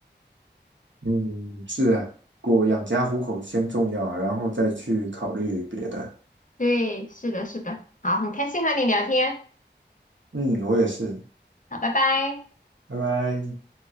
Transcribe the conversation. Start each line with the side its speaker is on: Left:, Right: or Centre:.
Right: 嗯，是啊，过养家糊口先重要，然后再去考虑别的。
Left: 对，是的，是的。好，很开心和你聊天，
Right: 嗯，我也是，
Left: 好，拜拜。
Right: 拜拜。